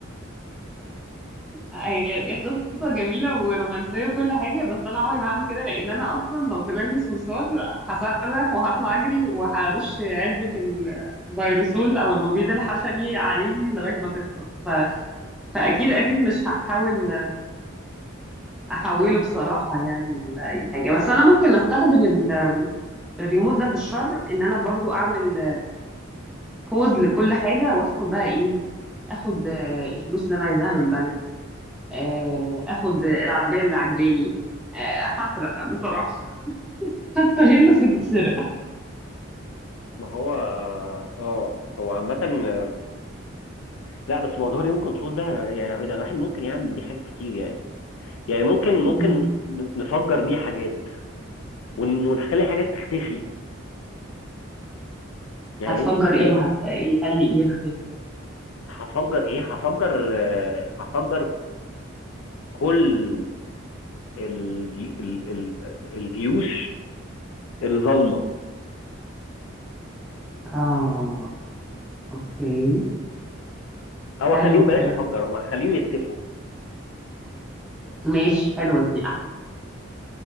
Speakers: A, in the centre; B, on the left.
A: هي قصة جميلة ورومانسية وكل حاجة بس أنا عمري ما هعمل كده لأن أنا أصلا لو طلع لي صرصار هصرخ وهطلع أجري وهرش علبة الفيروسول أو المبيد الحشري عليه لغاية ما تخلص ف... فأكيد أكيد مش هحاول أحوله بصراحة يعني لأي حاجة بس أنا ممكن أستخدم ال- الريموت ده في الشر إن أنا برضو أعمل بوز لكل حاجة وأدخل بقى إيه أخد آه، الفلوس اللي أنا عايزاها من البنك آه، اخد العربيه اللي عجباني آه، هسرق بصراحه <laughs> هستغل في السرقه
B: ما هو اه هو عامة آه، لا بس موضوع الريموت كنترول ده يعني هو ده الواحد ممكن يعمل بيه حاجات كتير يعني يعني ممكن ممكن
A: مم.
B: نفجر بيه حاجات ون- ونخلي حاجات تختفي يعني
A: هتفجر
B: انت تخيل
A: ايه وهتخلي ايه يختفي
B: هفجر ايه هفجر آه، هفجر كل الجي... ال... ال... الجيوش الظالمه
A: اه اوكي
B: او
A: حلو
B: اخليهم
A: الكلام
B: بلاش افجرهم
A: ده.
B: هخليهم يختفوا
A: ماشي حلوه دي احسن